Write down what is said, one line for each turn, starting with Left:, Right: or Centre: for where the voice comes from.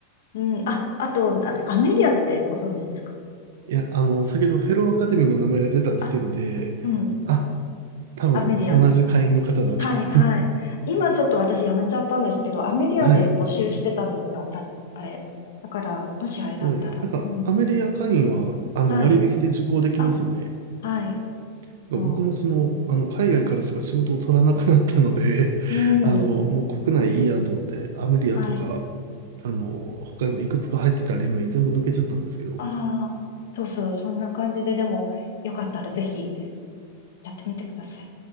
Left: うん。あ、あと、あれアメリアってご存知ですか
Right: いや、あの、先ほどフェローアカデミーの名前が出た時点で、
Left: あ、うん。
Right: あ、多分同じ会員の方だと思って。
Left: アメリア。はい、はい。今ちょっと私やめちゃったんですけど、アメリアで募集してたんですよ、
Right: はい。
Left: 私、あれ。だから、もしあれだったら。
Right: そうですね。なんか、
Left: うん。
Right: アメリア会員は、あの、
Left: はい。
Right: 割引で受講できますよね。
Left: あ、はい。
Right: だから僕もその、
Left: そ
Right: あの、海外からしか仕事を取らなくなったので、
Left: う。う
Right: <laughs> あの、
Left: ん。
Right: もう国内いいやと思って、アメリアとか、
Left: はい。
Right: あの、他にもいくつか入ってた連盟全部抜けちゃったんですけど、
Left: ああ、そうそう。そんな感じで、でも、よかったらぜひやってみてください。